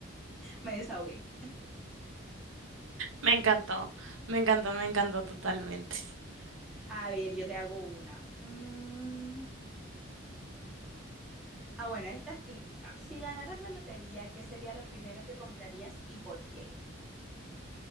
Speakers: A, in the centre; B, on the right.
A: me desahogué.
B: me encantó, me encantó, me encantó totalmente.
A: A ver, yo te hago una. Mm, Ah, bueno, esta es típica. Si ganaras la lotería, ¿qué sería lo primero que comprarías y por qué?